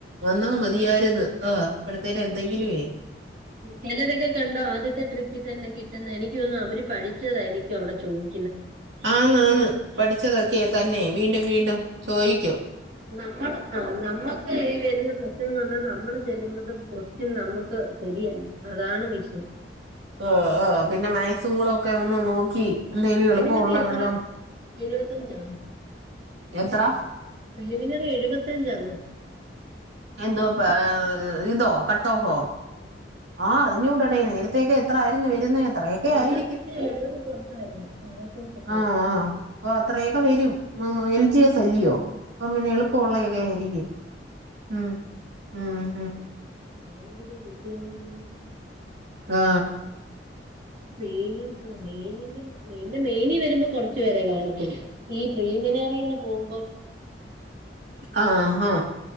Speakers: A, on the right (about 85°); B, on the right (about 50°).
A: വന്നാ മതിയായിരുന്നു ആ ഇപ്പടുത്തേന് എന്തെങ്കിലുവേ
B: ചിലരൊക്കെ കണ്ടോ, ആദ്യത്തെ ട്രിപ്പിൽ തന്നെ കിട്ടുന്നെ എനിക്ക്തോന്നുന്നു അവര് പഠിച്ചതായിരിക്കും വിടെ ചോദി
A: ആന്ന് ആന്ന് പഠിച്ചതൊക്കെ തന്നെ വീണ്ടും വീണ്ടും ചോയ്ക്കും
B: നമ്മളൊന്ന ആ നമ്മക്ക് വരുന്ന പ്രശ്നംന്ന് പറഞ്ഞാൽ നമ്മള് ചെല്ലുമ്പത്ത്- <unintelligible> നമ്മക്ക് ശരിയല്ല അതാണ് വിഷയം
A: ആ ആ പിന്നെ മാക്സും കൂടെ ഒക്കെ ഒന്ന് നോക്കി എന്തേലും
B: പ്രിലിമിനറി
A: എളുപ്പംഉള്ളെ
B: എത്ര
A: വല്ലോം
B: എഴുപത്തഞ്ചാണ്
A: എത്ര
B: എലിമിനറി എഴുപത്തഞ്ചാന്ന്
A: എന്തുവാപ്പൊ ഇതോ കട്ട് ഓഫോ
B: ആ ആ
A: ആ അറിഞ്ഞൂടടേ. നേരത്തേക്കെ എത്രായിരുന്നു വരുന്നെ അത്രയൊക്കെയായിരിക്കും.
B: കൊല്ലത്തിന് എഴുപത് പുറത്ത് വരുന്നു എഴുപത്തഞ്ചൊക്കെ
A: ആ
B: വരും
A: ആ അപ്പൊ അത്രയൊക്കെവരും ആ എൽജിഎസ് അല്ലിയോ അപ്പംപിന്നെ എളുപ്പമുള്ളയൊക്കെ ആയിരിക്കും ഉം ഉം ഉം
B: അതെങ്കിലും കിട്ടിയാരിന്നെങ്കി
A: ആ
B: മേനും ആ മേനിലും എന്റെ മേനി വരുമ്പോ കുറച്ച്പേരെ കാണത്തുള്ളൂ. ഈ പ്രിലിമിനറി ന്ന് പോകുമ്പം
A: ആ ആ